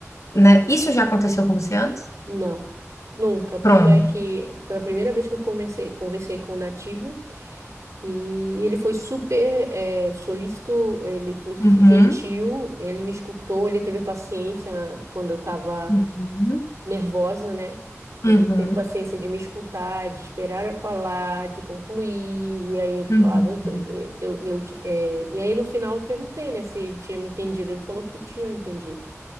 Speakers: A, on the left; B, on the right.
A: né, isso já aconteceu com você antes?
B: Não, nunca. Tanto
A: Pronto.
B: é que foi a primeira vez que eu comecei, conversei com o nativo e ele foi super é, solícito, ele foi
A: Uhum.
B: gentil, ele me escutou, ele teve paciência na- quando eu estava
A: Uhum.
B: nervosa, né? Ele
A: Uhum.
B: teve paciência de me escutar, de esperar eu falar, de concluir, e aí ele
A: Uhum.
B: falava, eu, tô-
A: Uhum.
B: eu, eu, eu te- é, e aí no final eu perguntei, né, se ele tinha me entendido, ele falou que tinha entendido.